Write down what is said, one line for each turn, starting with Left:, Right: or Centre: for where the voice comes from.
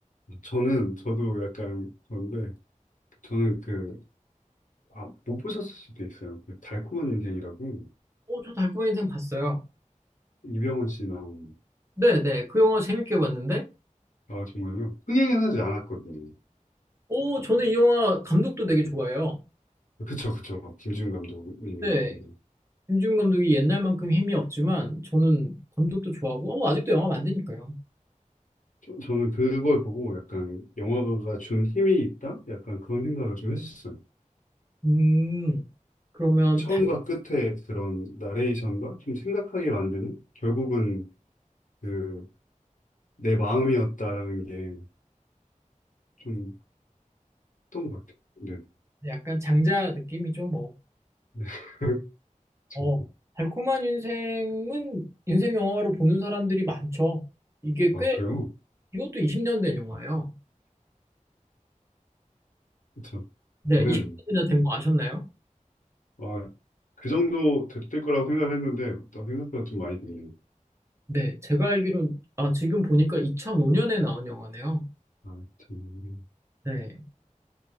Left: 저는 저도 약간 그런데 저는 그 아 못 보셨을 수도 있어요. 그 달콤한 인생이라고
Right: 어 저 달콤한 인생 봤어요.
Left: 이병헌 씨 나온
Right: 네네 그 영화 재밌게 봤는데
Left: 아 정말요 흥행은 하지 않았거든요.
Right: 오, 저는 이 영화 감독도 되게 좋아해요.
Left: 그쵸 그쵸 김지훈 감독님이
Right: 네,
Left: 되게
Right: 김지훈 감독이 옛날만큼 힘이 없지만 저는 감독도 좋아하고 어, 아직도 영화 만드니까요.
Left: 저- 저는 그걸 보고 약간 영화가 준 힘이 있다? 약간 그런 생각을 좀 했었어요.
Right: 음, 그러면
Left: 처음과
Right: 다-
Left: 끝에 그런 나레이션과 좀 생각하게 만드는 결국은 그 내 마음이었다라는 게 좀 컸던 것 같아요. 네.
Right: 약간 장자 느낌이죠, 뭐.
Left: 네. <laughs> 좀.
Right: 어, 달콤한 인생은 인생 영화로 보는 사람들이 많죠. 이게
Left: 아,
Right: 꽤
Left: 그래요?
Right: 이것도 20년 된 영화예요.
Left: 그쵸.
Right: 네,
Left: 올해,
Right: 20년이나 된 거 아셨나요?
Left: 아, 그 정도 됐을 거라고 생각을 했는데, 또 생각보다 좀 많이 됐네요.
Right: 네, 제가 알기로 아, 지금 보니까 2005년에 나온 영화네요.
Left: 아, 참.
Right: 네,